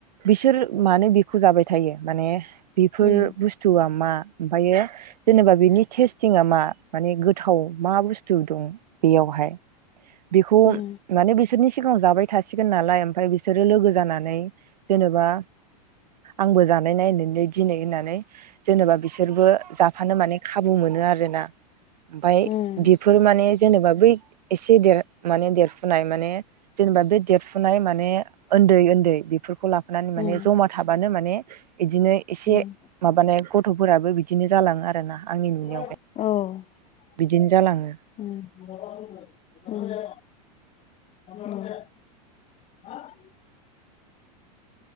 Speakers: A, on the right; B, on the left.
A: बिसोर मानो बिखौ जाबाय थायो मानेह बेफोर
B: उम
A: बुस्थुआ मा ओमफायो जेनेबा बेनि टेस्टिङा मा माने गोथाव मा बुस्थु दं बेयावहाय बेखौ
B: उम
A: माने बिसोरनि सिगाङाव जाबाय थसिगोन नालाय ओमफाय बिसोरो लोगो जानानै जेनेबा आंबो जानाय नायनायनो दिनै होननानै जेनेबा बिसोरबो जाफानो माने खाबु मोनो आरोना ओमफाय
B: उम
A: बेफोर माने जेनेबा बै एसे देर माने देरफु नाय माने जेनेबा बे देरफुनाय माने ओन्दै ओन्दै बेफोरखौ लाफानानै
B: उम
A: माने जमा थाबानो माने इदिनो एसे
B: उम
A: माबानाय गथ'फोराबो बिदिनो जालाङो आरोना
B: <unintelligible>
A: आंनि नुनायावहाय
B: औ
A: बिदिनो
B: उम
A: जालाङो
B: <unintelligible> उम <unintelligible> उम <unintelligible>